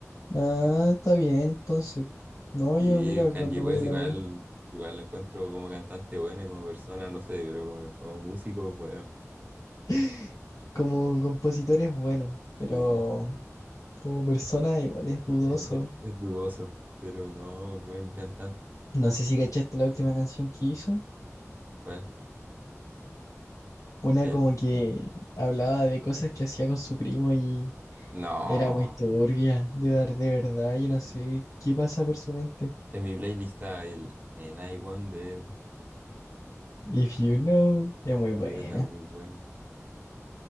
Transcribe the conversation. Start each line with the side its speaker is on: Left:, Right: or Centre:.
Left: Ah, está bien, entonces. No,
Right: Sí,
Left: yo mira,
Right: Kanye
Left: cuando
Right: West
Left: voy a la
Right: igual,
Left: U,
Right: igual lo encuentro como cantante bueno y como persona, no sé, pero como, como músico, bueno,
Left: <laughs> como compositor es bueno, pero
Right: sí,
Left: como persona igual es dudoso.
Right: es, de- es dudoso. Pero no, buen cantante.
Left: No sé si cachaste la última canción que hizo.
Right: ¿Cuál?
Left: Una
Right: El,
Left: como que hablaba de cosas que hacía con su primo y
Right: no.
Left: era muy turbia, de, ver- de verdad, yo no sé qué pasa por su mente.
Right: En mi playlist está el en I One de.
Left: If you know, es muy buena.
Right: Sí, esa es muy buena.